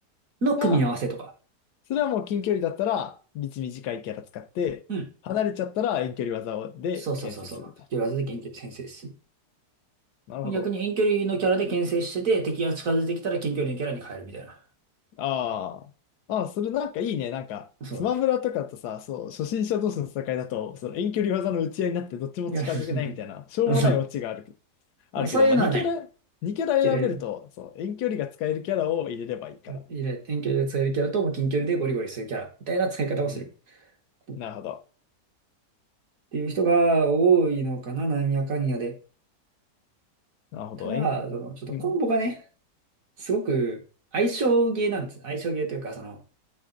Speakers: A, on the right; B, on the left.
A: う。の組み合わせとか。
B: じゃあ、それはもう近距離だったら、道短いキャラ使って、
A: うん。
B: 離れちゃったら遠距離技をで牽制するみたい
A: そうそうそうそう。よらずで研究先生です。
B: な。なるほど。
A: 逆に遠距離のキャラで牽制してて、敵が近づいてきたら近距離のキャラに変えるみたいな。
B: ああ。ああ、それなんかいいね。なんか、
A: そう。
B: スマブラとかとさ、そう、初心者同士の戦いだと、その遠距離技の打ち合いになってどっちも近づけないみたいな、
A: いや、<laughs>
B: しょうもないオチがあるけ、
A: そ
B: あるけど、
A: うそういうのはない。
B: まあ、2キャラ、2キャラ選べると、
A: キャラ選ぶ。
B: そう、遠距離が使えるキャラを入れればいいから。
A: いれ遠距離で使えるキャラと、近距離でゴリゴリするキャラみたいな使い方をする。
B: うん。
A: っ
B: なるほど。
A: ていう人が多いのかな、なんやかんやで。
B: なるほど。
A: ただ、
B: 遠
A: その、ちょっとコンボがね、
B: うん。
A: すごく相性ゲーなんです。相性ゲーというか、その、